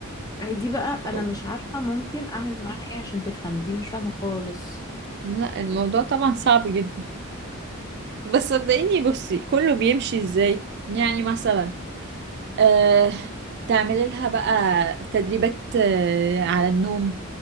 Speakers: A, on the left; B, on the right.
A: هي دي بقى
B: اه.
A: انا مش عارفه ممكن اعمل معاها ايه عشان تفهم دي مش فاهمه خالص
B: لا الموضوع طبعا صعب جدا بس صدقيني بصي كله بيمشي ازاي يعني مثلا آه تعملي لها بقى تدريبات آه على النوم